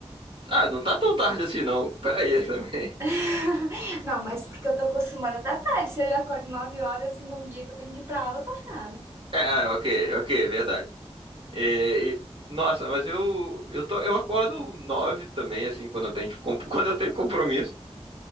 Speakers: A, on the right; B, on the right.
A: Ah, não tá tão tarde assim, não. Pera aí também. <laughs>
B: <laughs> Não, mas porque eu tô acostumada até à tarde. Se eu acordo 9 horas num dia que eu tenho que ir pra aula, eu tô ferrada.
A: É, ah, ok, ok, é verdade. É, e- nossa, mas eu, eu, tô, eu acordo nove também, assim, quando eu tenho, que comp- <laughs> quando eu tenho compromisso.